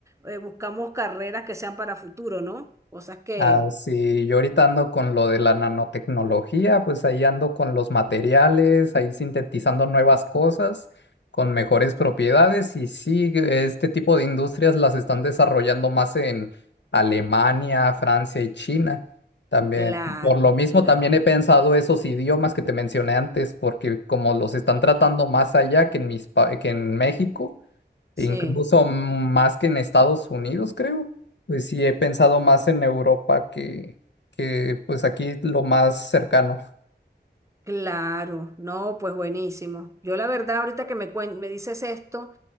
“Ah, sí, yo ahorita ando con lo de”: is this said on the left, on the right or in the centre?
Left